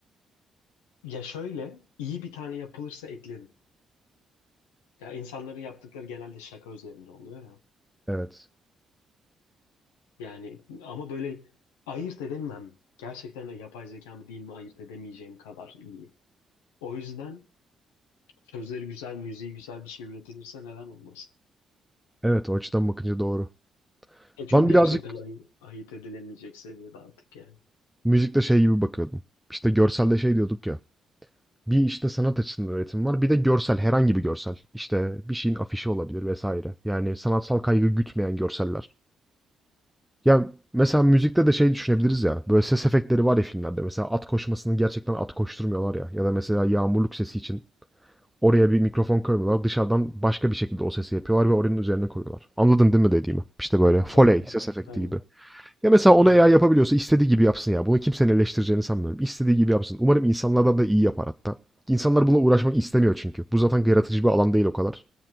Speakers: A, on the left; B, in the centre.
A: ya şöyle iyi bir tane yapılırsa eklerim. Ya insanların yaptıkları genelde şaka üzerinde oluyor ya.
B: Evet.
A: Yani ama böyle ayırt edemem. Gerçekten de yapay zeka mı değil mi ayırt edemeyeceğim kadar iyi. O yüzden sözleri güzel, müziği güzel bir şey üretilirse neden olmasın?
B: Evet, o açıdan bakınca doğru.
A: E çünkü
B: Ben
A: gerçekten
B: birazcık
A: ay- ayırt edilemeyecek seviyede artık yani.
B: müzikte şey gibi bakıyordum. İşte görselde şey diyorduk ya. Bir işte sanat açısından üretim var. Bir de görsel, herhangi bir görsel. İşte bir şeyin afişi olabilir vesaire. Yani sanatsal kaygı gütmeyen görseller. Ya mesela müzikte de şey düşünebiliriz ya. Böyle ses efektleri var ya filmlerde. Mesela at koşmasını gerçekten at koşturmuyorlar ya. Ya da mesela yağmurluk sesi için oraya bir mikrofon koymuyorlar. Dışarıdan başka bir şekilde o sesi yapıyorlar ve oranın üzerine koyuyorlar. Anladın değil mi dediğimi? İşte böyle
A: Evet
B: foley
A: anladım.
B: ses efekti
A: Aynen.
B: gibi. Ya mesela onu
A: Ben,
B: eğer yapabiliyorsa istediği gibi yapsın ya. Bunu kimsenin eleştireceğini sanmıyorum. İstediği gibi yapsın. Umarım insanlardan da iyi yapar hatta. İnsanlar bununla uğraşmak istemiyor çünkü. Bu zaten yaratıcı bir alan değil o kadar.